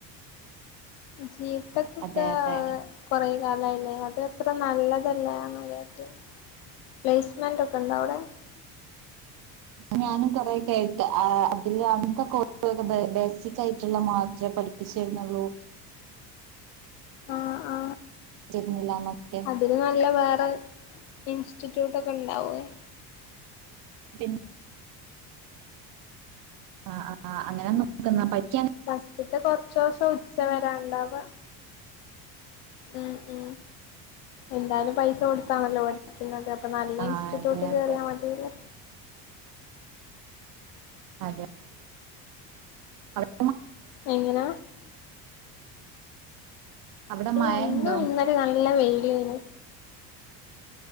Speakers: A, on the left; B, on the right.
A: ജീട്ടക്കൊക്കെ
B: അതെ അതെ
A: കൊറ കാലയില്ലേ അതത്രനല്ലതല്ലാന്ന് കേ ട്ട് <inaudible> പ്ലേസ്മെന്റ് ഒക്കെ ഉണ്ടോ അവിടെ
B: ഞാനും കൊറെ കേട്ട് അതില് അ അകക്കെകുറൊക്കെ ബേസിക് ആയിട്ടുള്ള മാത്രമേ പഠിപ്പിച്ചരുന്നുള്ളൂ
A: ആഹ ആ
B: ന്നില്ലന്നൊക്കെ
A: അതിന് നല്ല വേറെ ഇൻസ് റ്റിറ്റ്യൂട്ട് ഒക്കെ ഉണ്ടാവേ
B: പിൻ ആ ആ അങ്ങനെ നോക്കുന്ന പഠി
A: പസ്റ്റത്തെ കൊറച്ച ദിവസം ഉച്ച വരണ്ടാവ ഉം ഉ എന്തായാലും പൈസ കൊടുത്താണല്ലോ പഠിപ്പിക്കുന്നത് ഇപ്പൊ നല്ല
B: ആ
A: ഇൻസ്റ്റിറ്റ്യൂട്ട്
B: അതെ
A: കേറിയാ
B: അതെ
A: മതില്ലേ
B: അതെ അവ
A: എങ്ങനാ
B: അവിടെ
A: ഇല്ല
B: മഴ
A: ഇന്നും
B: ഉണ്ടോ
A: ഇന്നലെ നല്ല വെയി വെയില്